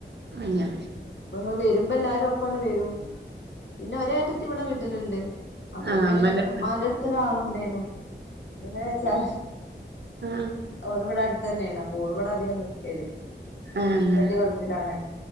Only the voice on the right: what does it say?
അങ്ങനെ
ആഹ്
അമ്മന്റെ
ആ
ആഹ് അങ്ങനെ